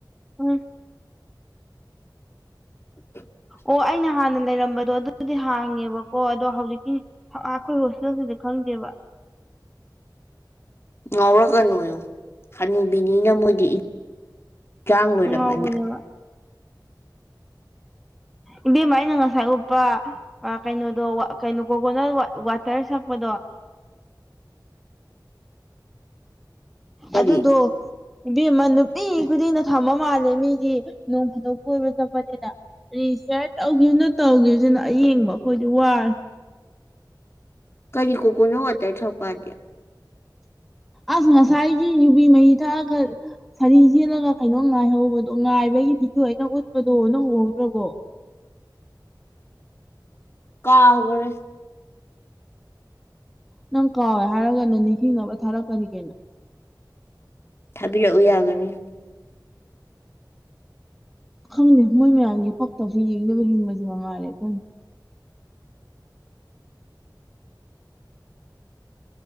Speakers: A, in the centre; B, on the left.
A: ꯎꯝ
B: <inaudible>
A: ꯑꯣ ꯑꯩꯅ ꯍꯥꯟꯅ ꯂꯩꯔꯝꯕꯗꯣ ꯑꯗꯨꯗꯤ ꯍꯥꯡꯉꯦꯕꯀꯣ ꯑꯗꯣ ꯍꯧꯖꯤꯛꯀꯤ ꯍꯥꯑ ꯈꯣꯏ ꯔꯣꯁꯀꯤ ꯅꯇꯗꯤ ꯈꯪꯗꯦꯕ
B: ꯉꯥꯎꯔꯒ ꯅꯣꯏꯌꯣ ꯍꯅꯨꯕꯤꯅꯤꯅ ꯃꯣꯏꯗꯤ ꯏꯛ ꯆꯥꯡ ꯂꯣꯏꯔꯝꯃꯅꯤ
A: ꯉꯥꯎꯕꯅꯦꯕ ꯏꯕꯦꯝꯃ ꯑꯩꯅ ꯉꯁꯥꯏ ꯎꯞꯄ ꯑ ꯀꯩꯅꯣꯗꯣ ꯋ ꯀꯩꯅꯣ ꯀꯣꯀꯣꯅ ꯋ ꯋꯥꯇꯔ ꯁꯛꯄꯗꯣ
B: ꯀꯔꯤ
A: ꯑꯗꯨꯗꯣ ꯏꯕꯦꯝꯃ ꯅꯨꯄꯤ ꯈꯨꯗꯤꯡꯅ ꯊꯃ ꯃꯥꯜꯂꯦ ꯃꯤꯗꯤ ꯅꯣꯡ ꯐꯥꯗꯣꯛ ꯀꯣꯏꯕ ꯆꯠꯄꯅꯤꯅ ꯔꯤꯁꯤꯌꯔ ꯇꯧꯒꯤꯝꯅ ꯇꯧꯒꯤꯕꯖꯤꯅ ꯑꯌꯦꯡꯕ ꯑꯈꯣꯏꯗꯤ ꯋꯥꯔꯦ
B: ꯀꯔꯤ ꯀꯣꯀꯣꯅ ꯋꯥꯇꯔ ꯊꯛꯄꯗꯦ
A: ꯑꯁ ꯉꯁꯥꯏꯒꯤ ꯌꯨꯕꯤ ꯃꯍꯤ ꯊꯛꯑꯈꯜ ꯁꯥꯔꯤ ꯁꯦꯠꯂꯒ ꯀꯩꯅꯣꯝ ꯉꯥꯏꯍꯧꯕꯗꯣ ꯉꯥꯏꯕꯑꯩ ꯚꯗꯤꯑꯣ ꯑꯩꯅ ꯎꯠꯄꯗꯣ ꯅꯧ ꯎꯍꯧꯗ꯭ꯔꯕꯣ
B: ꯀꯥꯎꯒꯔꯦ
A: ꯅꯪ ꯀꯥꯎꯋꯦ ꯍꯥꯏꯔꯒꯅ ꯅꯤꯡꯁꯤꯡꯅꯕ ꯊꯥꯔꯛꯀꯅꯤ ꯀꯩꯅꯣ
B: ꯊꯥꯕꯤꯔꯛꯎ ꯌꯥꯒꯅꯤ
A: ꯈꯪꯗꯦ ꯃꯣꯏ ꯃꯌꯥꯝꯒꯤ ꯄꯛꯇꯕꯁꯤ ꯌꯦꯡꯅꯕ ꯍꯤꯡꯕꯁꯤ ꯃꯉꯥꯏꯔꯦ ꯑꯩꯈꯣꯏꯅ